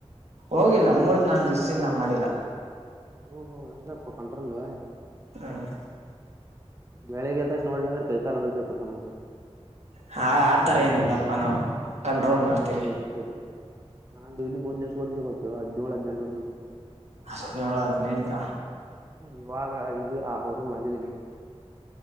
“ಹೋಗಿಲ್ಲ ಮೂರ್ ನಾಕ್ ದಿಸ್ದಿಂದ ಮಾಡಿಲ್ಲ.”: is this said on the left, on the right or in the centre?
Right